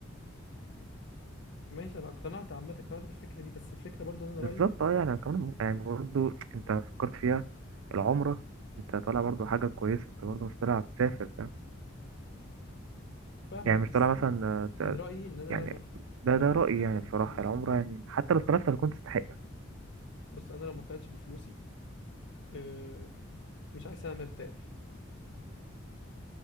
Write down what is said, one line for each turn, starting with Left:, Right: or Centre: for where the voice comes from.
Left: ماشي انا اقتنعت عامه اقتنعت بالفكره دي بس الفكره برضو ان انا
Right: بالظبط
Left: رايي
Right: اه يعني كمان يعني برضه انت فكرت فيها العمرة انت طالع برضه حاجة كويسة انت برضه مش طالع تسافر فاهم
Left: فاهمك
Right: يعني مش
Left: بس
Right: طالع
Left: انا
Right: مثلا آه،
Left: من رايي
Right: ت-
Left: ان انا
Right: يعني
Left: لو ما
Right: ده
Left: لو
Right: ده
Left: ما
Right: رأيي
Left: طلعتش
Right: يعني بصراحة
Left: بفلوسي
Right: العمرة يعني حتى لو طلعت هتكون تستحق
Left: بس انا لو ما طلعتش بفلوسي اه، مش عايز انا مرتاح